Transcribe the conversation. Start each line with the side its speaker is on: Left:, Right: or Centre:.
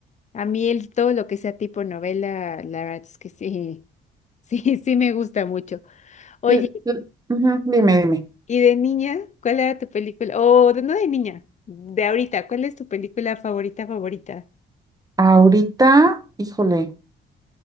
Left: a mí el todo lo que sea tipo novela, la verdad es que sí, <laughs> sí, sí me gusta mucho. Oye,
Right: L- l- ujú, Dime, dime.
Left: ¿y de niña? ¿Cuál era tu película? O de no de niña, de ahorita, ¿cuál es tu película favorita, favorita?
Right: Ahorita, híjole.